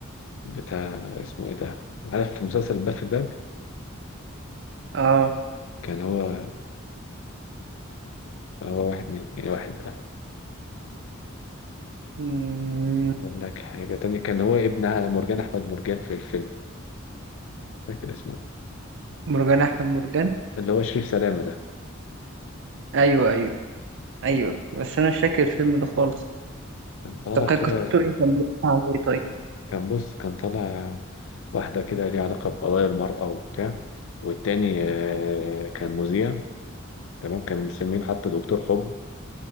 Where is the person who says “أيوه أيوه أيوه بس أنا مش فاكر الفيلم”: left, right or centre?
Right